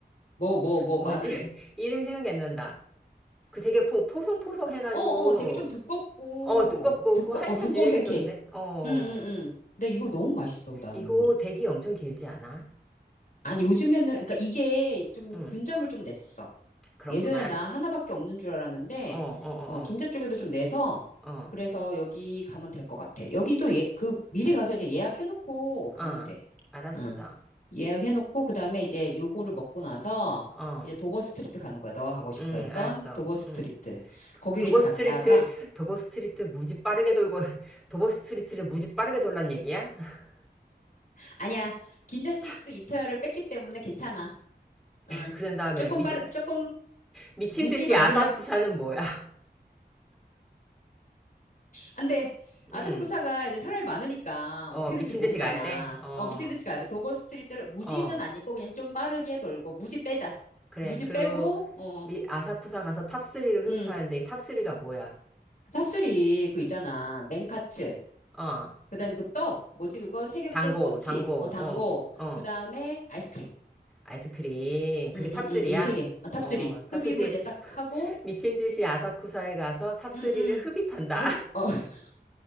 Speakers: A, on the left; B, in the centre.
A: 뭐, 뭐, 뭐,
B: 뭐지?
A: 말을
B: <laughs>
A: 해.
B: 이름 생각이 안 난다. 그 되게 포, 포송포송 해가지고,
A: 어, 어, 되게 좀 두껍고,
B: 어, 두껍고,
A: 두꺼,
B: 그거 한참
A: 어, 두꺼운
B: 유행했었는데.
A: 팬케이크.
B: 어,
A: 응응응. 근데 이거 너무 맛있어, 나는.
B: 이거 대기 엄청 길지 않아?
A: 아니, 요즘에는, 그러니까 이게 좀
B: 응,
A: 분점을 좀 냈어.
B: 그렇구만.
A: 예전에 나 하나밖에 없는 줄 알았는데,
B: 어, 어, 어,
A: 어, 긴자 쪽에도 좀 내서,
B: 어, 어,
A: 그래서 여기 가면 될 것 같아. 여기도 예, 그, 미리 가서 이제 예약해놓고 가면
B: 어,
A: 돼.
B: 알았어.
A: 응. 예약해놓고, 그 다음에 이제 요거를 먹고 나서,
B: 어,
A: 이제 도버 스트리트 가는 거야. 너가 가고 싶어
B: 응,
A: 했던
B: 알았어.
A: 도버 스트리트.
B: 응.
A: 거기를
B: 도버
A: 이제
B: 스트리트,
A: 갔다가,
B: 도버 스트리트 무지 빠르게 돌고, <laughs> 도버 스트리트를 무지 빠르게 돌란 얘기야? <laughs>
A: 아니야. 긴자 식스
B: 참,
A: 이토야를 뺐기 때문에 괜찮아. 응.
B: 그런 다음에
A: 조금
B: 미,
A: 빠른, 조금
B: 미친
A: 무지
B: 듯이
A: 말고
B: 아사쿠사는
A: 그냥
B: 뭐야? <laughs>
A: 안 돼. 아사쿠사가
B: 응,
A: 이제 사람이 많으니까
B: 어,
A: 어떻게
B: 미친
A: 될지 모르잖아.
B: 듯이 가야 돼? 어,
A: 어, 미친 듯이 가야 돼. 도버 스트리트를 무지는
B: 어,
A: 아니고 그냥 좀 빠르게 돌고 무지 빼자.
B: 그래.
A: 무지
B: 그리고
A: 빼고 어,
B: 미, 아사쿠사 가서 탑리를 흡입하는데
A: 응.
B: 이탑리가 뭐야?
A: 그 탑수리 그 있잖아. 맨카츠.
B: 어,
A: 그다음에 그 떡, 뭐지 그거 세 개
B: 당고,
A: 꽃, 꼬치,
B: 당고,
A: 어, 당고.
B: 어, 어,
A: 그다음에 아이스크림.
B: 아이스크림. 그게
A: 응,
B: 탑리야
A: 응, 응. 이 세 개. 어, 탑수리.
B: 어,
A: 흡입을
B: 탑리
A: 이제 딱 하고
B: 미친 듯이 아사쿠사에 가서 탑리를
A: 응, 응.
B: 흡입한다.
A: 흡입. 어, <laughs>